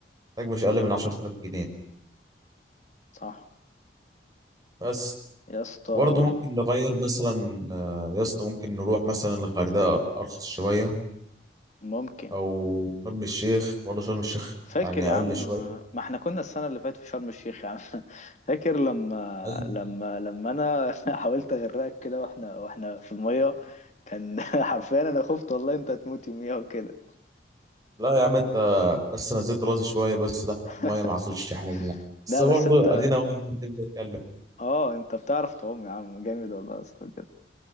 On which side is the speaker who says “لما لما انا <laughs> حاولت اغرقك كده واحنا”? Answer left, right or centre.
Left